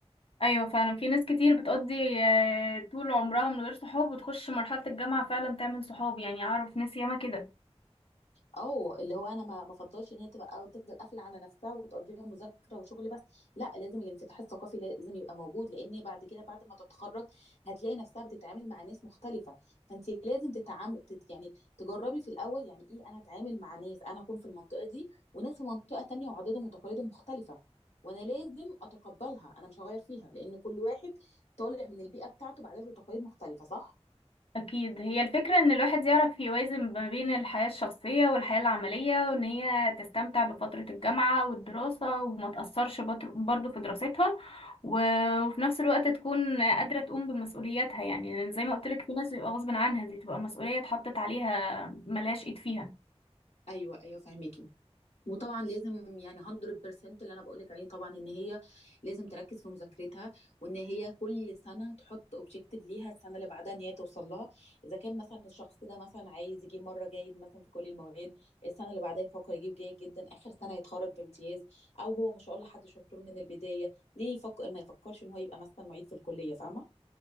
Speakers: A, on the left; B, on the left.
A: ايوه فعلا في ناس كتير بتقضي آه، طول عمرها من غير صحاب وتخش مرحلة الجامعة فعلا تعمل صحاب يعني اعرف ناس ياما كده
B: اه اللي هو انا ما ما افضلش ان هي تبقى او تفضل قافله على نفسها وتقضيها مذاكره وشغل بس لا لازم الانفتاح الثقافي لازم يبقى موجود لان بعد كده بعد ما تتخرج هتلاقي نفسها بتتعامل مع ناس مختلفه فانت لازم تتعامل تت يعني تجربي في الاول يعني ايه انا اتعامل مع ناس انا اكون في المنطقه دي وناس في منطقه تانية وعاداتهم وتقاليدهم مختلفه وانا لازم اتقبلها انا مش هغير فيها لان كل واحد طالع من البيئه بتاعته بعادات وتقاليد مختلفه صح
A: اكيد هي الفكرة ان الواحد يعرف يوازن ما بين الحياة الشخصية والحياة العملية وان هي تستمتع بفترة الجامعة والدراسة وما تأثرش بطر- برضه في دراستها و... وفي نفس الوقت تكون قادرة تقوم بمسؤولياتها يعني لأن زي ما قلت لك في ناس بيبقى غصب عنها دي تبقى مسؤولية اتحطت عليها ملهاش ايد فيها
B: ايوه ايوه فاهمك وطبعا لازم يعني 100% اللي انا بقولك عليه طبعا ان هي لازم تركز في مذاكرتها وان هي كل سنه تحط اوبجيكتيف ليها السنه اللي بعدها ان هي توصل لها اذا كان مثلا الشخص ده مثلا عايز يجيب مره جيد مثلا في كل المواد السنه اللي بعدها يفكر يجيب جيد جدا اخر سنه يتخرج بامتياز او هو ما شاء الله حد شطور من البدايه ليه يفكر ما يفكرش ان هو يبقى مثلا معيد في الكليه فاهمه